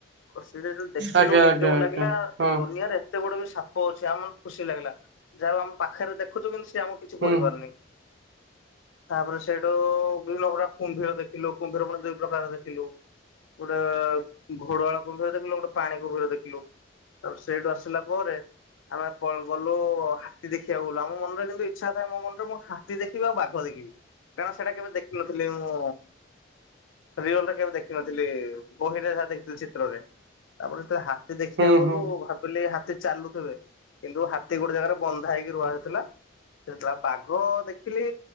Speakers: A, on the left; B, on the right.
A: ସେଉରା ଯୋଉ ଦେଖିଲୁ
B: ଆଜ୍ଞା
A: ନିଜକୁ
B: ଆଜ୍ଞା ଆଜ୍ଞା
A: ଲାଗିଲା
B: ହଁ
A: ଏ ଦୁନିଆରେ କେତେ ବଡ଼ ଯୋଉ ସାପ ଅଛି। ଆମକୁ ଖୁସି ଲାଗିଲା। ଯାହା ହଉ ଆମ ପାଖରେ ଦେଖୁଚୁ କିନ୍ତୁ ସେ ଆମକୁ କିଛି
B: ହୁଁ
A: କରିପାରୁନି। ତାପରେ ସେଇଠୁ ବିଭିନ୍ନ ପ୍ରକାର କୁମ୍ଭୀର ଦେଖିଲୁ। କୁମ୍ଭୀର ପୁଣି ଦୁଇ ପ୍ରକାର ଦେଖିଲୁ। କୋଉଠା ଘରୁଆଳ କୁମ୍ଭୀର ଦେଖିଲୁ ଗୋଟେ ପାଣି କୁମ୍ଭୀର ଦେଖିଲୁ। ତାପରେ ସେଇଠୁ ଆସିଲା ପରେ ଆମେ ପ ଗଲୁ ହାତୀ ଦେଖିବାକୁ ଗଲୁ। ଆମ ମନରେ କିନ୍ତୁ ଇଚ୍ଛା ଥାଏ। ମୋ ମନରେ ମୁଁ ହାତୀ ଦେଖିବି ଆଉ ବାଘ ଦେଖିବି। କାରଣ ସେଇଟା କେବେ ଦେଖିନଥିଲି ମୁଁ ରିଏଲରେ କେବେ ଦେଖିନଥି ହେଲେ କୋଉଠିରେ ହାତୀ ଦେଖିଥିଲ ଚିତ୍ରରେ। ତାପରେ ତ ହାତୀ ଦେଖିବାକୁ
B: ହୁଁ
A: ଗଲୁ
B: ହୁଁ
A: ହା ମୁଁ କହିଲି ହାତୀ ଚାଲୁଥିବେ କିନ୍ତୁ ହାତୀ ଗୋଟେ ଜାଗାରେ ବନ୍ଧା ହେଇକି ରୁହା ହେଉଥିଲା। ସେ ଥିଲା ବାଘ ଦେଖିଲି